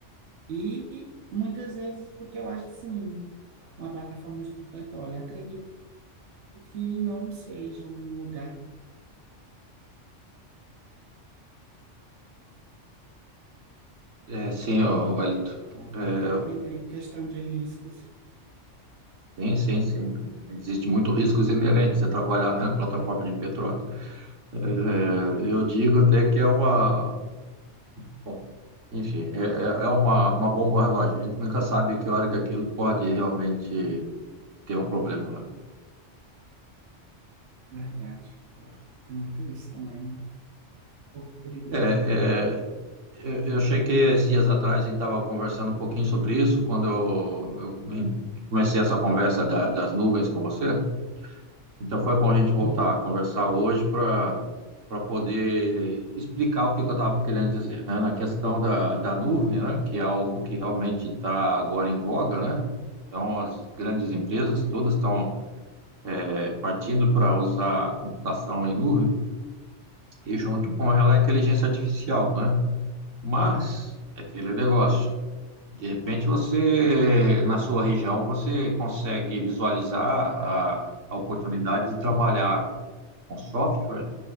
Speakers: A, on the right; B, on the right.
A: E muitas vezes, porque eu acho assim, uma plataforma de petróleo, acredito que não seja um lugar,
B: É, sim, ô, Wellington.
A: né,
B: É,
A: que também tem questão de riscos.
B: sim, sim, sim. Existe muito riscos inerentes a trabalhar na plataforma de petróleo. É, eu digo até que é uma. Bom, enfim, é, é é uma, uma bomba relógio. A gente nunca sabe que hora que aquilo pode realmente ter um problema, né?
A: Verdade. Tem muito isso também, né? Um pouco perigoso.
B: É, é, eu, eu cheguei esses dias atrás, a gente estava conversando um pouquinho sobre isso, quando eu, eu comecei essa conversa da- das nuvens com você. Então foi bom a gente voltar
A: Uhum.
B: a conversar hoje para para poder explicar o que, que eu estava querendo dizer, né? Na questão da, da nuvem, né? Que é algo que realmente está agora em voga, né? Então as grandes empresas todas estão eh, partindo para usar a computação em nuvem e junto com ela a inteligência artificial, né? Mas é aquele negócio. De repente você, na sua região, você consegue visualizar a, a oportunidade de trabalhar com software